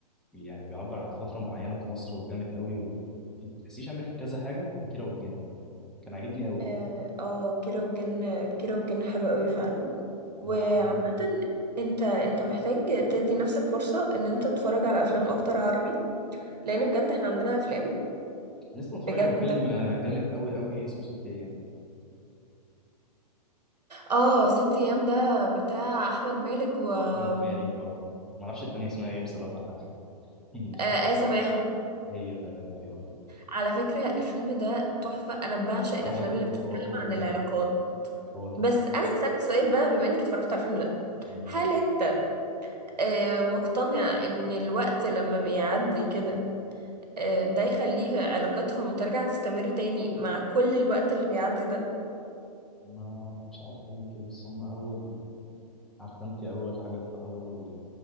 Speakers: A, in the centre; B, on the right (about 75°).
A: يعني بيعبر عن فتره معينه في مصر وجامد قوي وما تحسيش عامل كذا حاجه كان كيرة والجن كان عاجبني قوي
B: اه آه، كيرة والجن كيرة والجن حلو قوي فعلا وعامه
A: لا عجبني
B: انت انت محتاج تدي نفسك فرصه ان انت تتفرج على افلام اكتر عربي لان بجد احنا عندنا افلام
A: انا لسه متفرج
B: بجد
A: على فيلم آه، جامد قوي قوي اسمه ست ايام
B: اه ست ايام ده بتاع احمد مالك و آه
A: احمد مالك اه ما اعرفش التانية اسمها ايه بصراحه انا <laughs> مش
B: آية
A: فاكر
B: سماحة
A: هي تمام ايوه كده
B: على فكرة الفيلم ده تحفة أنا بعشق
A: آه،
B: الأفلام
A: هو توب
B: اللي بتتكلم
A: هو توب
B: عن
A: بامان
B: العلاقات
A: هو توب
B: بس أنا هسألك سؤال بقى بما إنك اتفرجت على الفيلم ده
A: يعني
B: هل أنت آه، مقتنع إن الوقت لما بيعدي كده آه، ده يخليه علاقتهم ترجع تستمر تاني مع كل الوقت اللي بيعدي ده
A: ما مش عارف اقول لك ايه بس هم اول عارفه انت اول حاجه في اول